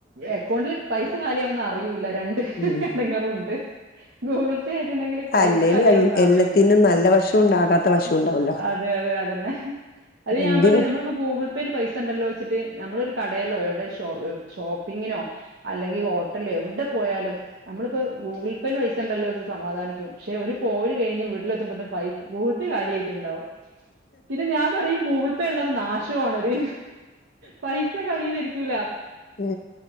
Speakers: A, on the right; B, on the left.
A: എക്കൗണ്ടിൽ പൈ സ കാലിയാവുന്നഅറിയൂല രണ്ട്
B: ഉം
A: എടങ്ങേറുണ്ട്. ഗൂഗിൾ പേ ആയിട്ടുണ്ടെങ്കിൽ പൈസ
B: അല്ലേലും
A: കാലിയാവുന്ന അറിയൂല്ല
B: എല്ലാത്തിനും നല്ല വശം ഉണ്ട് ആകാത്ത വശം
A: ഉം
B: ഉണ്ടാവല്ലോ
A: അതെ അതെ അതന്നെ അത്
B: എന്തിനും
A: ഞാൻ പറിം നമ്മള്പ്പോ ഗൂഗ്ൾ പ്പേൽ പൈസണ്ടല്ലോ വെച്ചിട്ട് നമ്മളൊരു കടേലോ എവിടെ ഷോ ഷോപ്പിങ്ങിനോ അല്ലെങ്കി ഹോട്ടല്ല് എവിടെ പോയാലും. ഞമ്മൾപ്പ് ഗൂഗിൾ പേൽ പൈസ ണ്ടല്ലോ വെച്ച് സമാധാനിക്കും പക്ഷെ ഒരു പോവല് കഴിഞ്ഞ് വീട്ടിലെത്തുമ്പത്തിന് പൈസ ഗൂഗിൾ പേ കാലിയായിട്ട്ണ്ടാകും. പിന്നെ ഞാൻ പറയും ഗൂഗിൾ പ്പേ ഇള്ളത് നാഷോണ് ഒരു പൈസ കയ്യ്ലിരിക്കൂല.
B: ഹ്